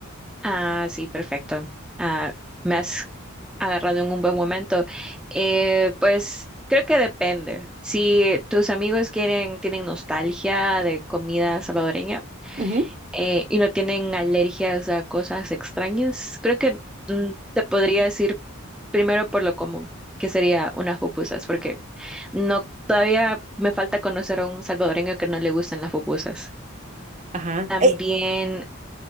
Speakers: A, in the centre; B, on the right (about 35°).
A: Ah, sí, perfecto. Ah, me has agarrado en un buen momento. Eh, pues creo que depende. Si tus amigos quieren, tienen nostalgia de comida salvadoreña
B: Ujú,
A: eh, y no tienen alergias a cosas extrañas, creo que mm, te podría decir primero por lo común, que sería unas pupusas, porque no todavía me falta conocer a un salvadoreño que no le gusten las pupusas.
B: Ajá.
A: También
B: Eh,